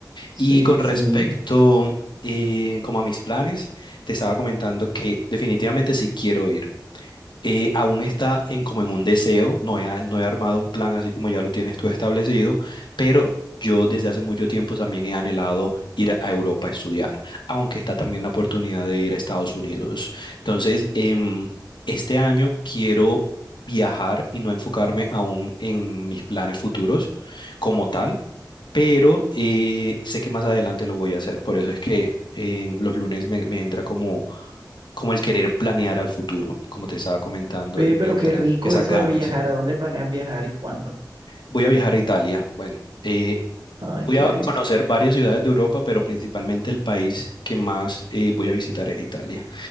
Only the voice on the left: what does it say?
Y con respecto
eh, como a mis planes, te estaba comentando que definitivamente sí quiero ir eh, aún está en como en un deseo, no he, a- no he armado un plan así como ya lo tienes tú establecido, pero yo desde hace mucho tiempo también he anhelado ir a a Europa a estudiar, aunque está también la oportunidad de ir a Estados Unidos. Entonces, em, este año quiero viajar y no enfocarme aún en mis planes futuros como tal, pero eh, sé que más adelante lo voy a hacer, por eso es que em, los lunes me me entra como como el querer planear al futuro, como te estaba comentando,
y me
entran
esas
ganas.
Voy a viajar a Italia. Bueno, eh,
voy
a
conocer varias ciudades de Europa, pero principalmente el país que más eh, voy a visitar es Italia.